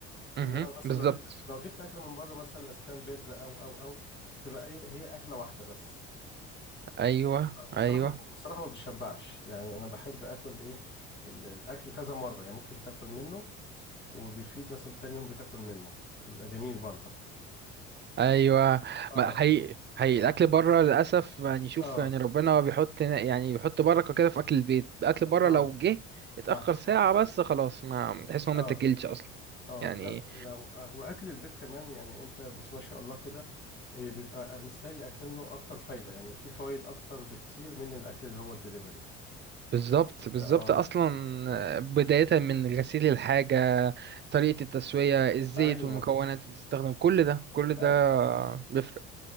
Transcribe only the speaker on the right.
امم
بالظبط
ايوه
ايوه
ايوه
ما حقيقي حقيقي
الاكل بره للاسف يعني شوف
يعني ربنا بيحط يعني بيحط بركة كده في اكل البيت الاكل
بره لو جه اتاخر
ساعة بس خلاص ما تحس ان
هو ما اتاكلش اصلا
يعني
بالظبط بالظبط
اصلا
بداية من غسيل الحاجة طريقة التسوية الزيت
والمكونات اللي تستخدم كل ده كل ده
بيفرق